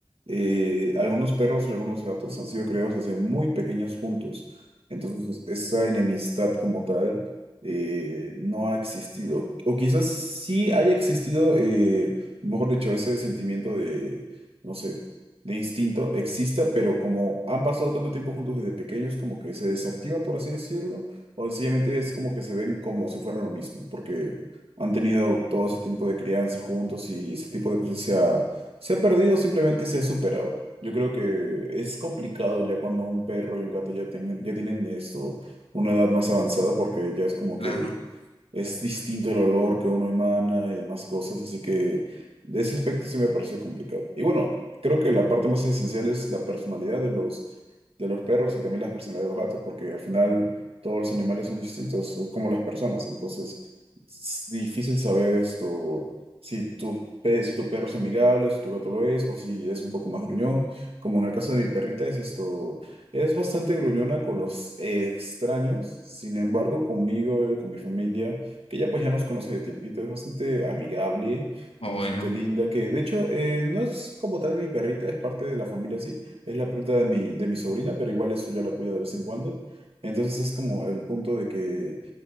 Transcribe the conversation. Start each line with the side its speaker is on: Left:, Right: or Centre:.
Right: eh, algunos perros y algunos gatos han sido criados desde muy pequeños juntos. Entonces, es- esa enemistad como tal eh, no ha existido. O quizás sí haya existido, eh, mejor dicho, ese sentimiento de, no sé, de instinto exista, pero como han pasado tanto tiempo juntos desde pequeños, como que se desactiva, por así decirlo, o sencillamente es como que se ven como si fueran lo mismo, porque han tenido todo ese tiempo de crianza juntos y ese tipo de cosas se ha, se ha perdido, simplemente se ha superado. Yo creo que es complicado ya cuando un perro y un gato ya, tengan- ya tienen esto, una edad más avanzada, porque ya es como que
Left: Claro, claro
Right: es distinto el olor que uno emana y demás cosas, así que de ese aspecto sí me parece complicado. Y bueno, creo que la parte más esencial es la personalidad de los, de los perros y también las personalidades de los gatos, porque al final todos los animales son distintos, son como las personas, entonces es difícil saber esto, si tu, pe- si tu perro es amigable, si tu gato lo es, o si es un poco más gruñón, como en el caso de mi perrita es esto. Es bastante gruñona con los eh, extraños, sin embargo, conmigo, eh, con mi familia que ya pues ya nos conoce de tiempito, es bastante amigable,
Left: Oye,
Right: es bastante linda, que de hecho eh, no es como tal mi perrita, es parte de la familia, sí, es la perrita de mi, de mi sobrina, pero igual eso yo la cuido de vez en cuando. Entonces es como el punto de que